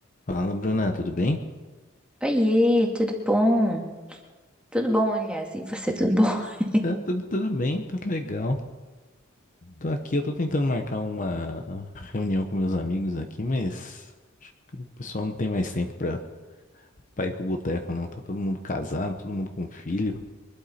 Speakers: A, on the left (about 40°); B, in the centre.
A: Fala, Bruna, tudo bem?
B: Oiê, tudo bom? Tudo bom, aliás, e você, tudo bom? <laughs>
A: Tá tudo, tudo bem, tá tudo legal. Tô aqui, eu tô tentando marcar uma reunião com meus amigos aqui, mas acho que o pessoal não tem mais tempo pra, pra ir pro boteco, não. Tá todo mundo casado, todo mundo com filho.